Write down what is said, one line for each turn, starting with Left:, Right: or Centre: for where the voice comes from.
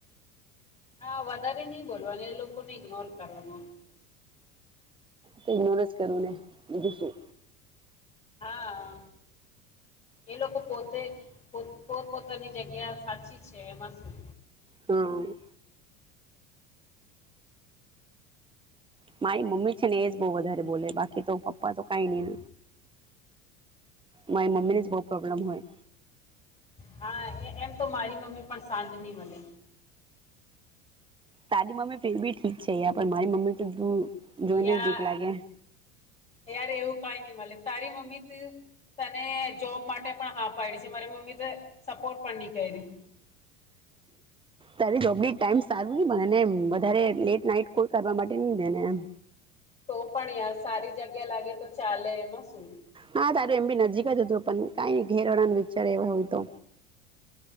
Left: હા વધારે નહી બોલવાનું એ લોકો કો એકગ્નોર કરડનું
Right: તો ઇન જ કરું ને બીજું શું
Left: હા એ લોકો પોતે પોત પોતાની જગ્યા સાચી છે એમાં શું
Right: હમ મારી મમ્મી છે ને એજ બહ વધારે બોલે બાકી તો પપ્પા તો કઈ નહી મા મમ્મને જ બહુ પ્રબ્લેમ હોય
Left: હા એમ તો મારી મમ્મી પણ શાંત નહી બને
Right: તાારી મમ્મી ફેરી ઠીક છે યાર પણ મારી મમ્મી તો જોઈને
Left: યા
Right: જ બીખ લાગે
Left: યાર એવું કઈ નહી મળે તારી મમ્મી તને જોબ માટે પણ હા પાડી છે મારી મમ્મી તો સપોર્ટ પણ નહી કર્યું
Right: તારી ટાઈમ સારું ન બને ને એ વધારે લેટ નાઈટ કોઈ કરવા માટે ન દેને એમ
Left: તો ભણ્યા સારી જગ્યા લાગે તો ચાલે એમાં શું
Right: હા તારું એમ બી નજીક જ હતું પણ કઈ ઘેરવડાને વિચાર એવા હોય તો